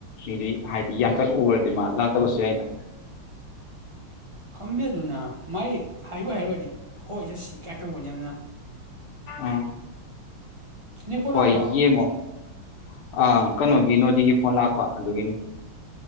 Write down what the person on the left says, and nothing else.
ꯃꯤꯗꯨ ꯍꯥꯏꯗꯤ ꯌꯥꯝꯇꯛꯅ ꯎꯔꯗꯤ ꯃꯥ ꯂꯥꯛꯇꯕꯁꯨ ꯑꯏꯩꯅ
ꯑ
ꯍꯥꯏ ꯌꯦꯡꯉꫭ ꯑ ꯀꯩꯅꯣꯒꯤ ꯅꯣꯗꯤꯒꯤ ꯐꯣꯟ ꯂꯥꯛꯄ ꯑꯗꯨꯒꯤꯅꯤ